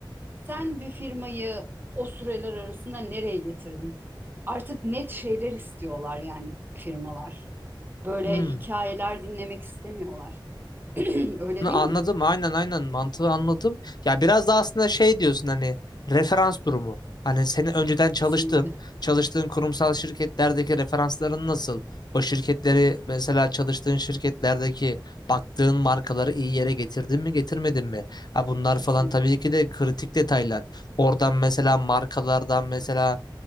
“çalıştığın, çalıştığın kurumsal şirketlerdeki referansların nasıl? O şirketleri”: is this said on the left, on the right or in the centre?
Left